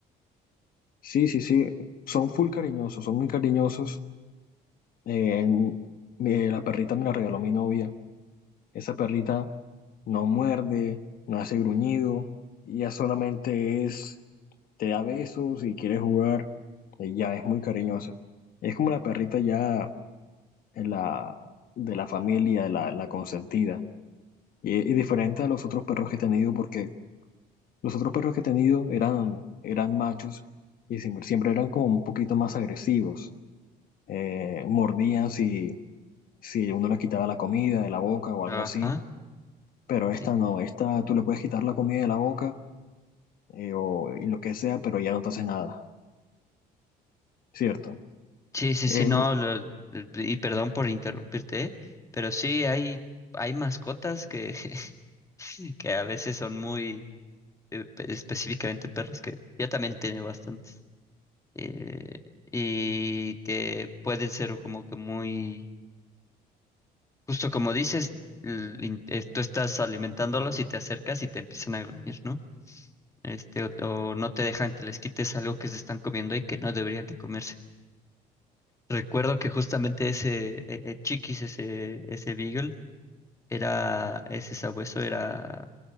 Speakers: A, on the left; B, on the left.
A: Sí, sí, sí, son full cariñosos, son muy cariñosos. Eh, en- me- la perrita me la regaló mi novia. Esa perrita no muerde, no hace gruñido, ella solamente es te da besos y quiere jugar, ella es muy cariñosa. Es como la perrita ya en la, de la familia, la, la consentida. Y, y diferente a los otros perros que he tenido, porque los otros perros que he tenido eran, eran machos y siempre, siempre eran como un poquito más agresivos. Eh, mordían si, si uno le quitaba la comida de la boca o
B: Ajá.
A: algo así, pero esta
B: sí.
A: no, esta tú le puedes quitar la comida de la boca eh, o y lo que sea, pero ya no te hace nada, ¿cierto?
B: Sí, sí,
A: Eh,
B: sí, no, lo- eh, y perdón por interrumpirte, ¿eh? Pero sí hay, hay mascotas que, <laughs> que a veces son muy, eh, pe- específicamente perros, que yo también he tenido bastantes, eh, y que pueden ser como que muy, justo como dices, l- in- eh, tú estás alimentándolos y te acercas y te empiezan a gruñir, ¿no? Este, o, o no te dejan que les quites algo que se están comiendo y que no deberían de comerse. Recuerdo que justamente ese eh, eh, Chiquis, ese, ese Beagle, Era, ese sabueso era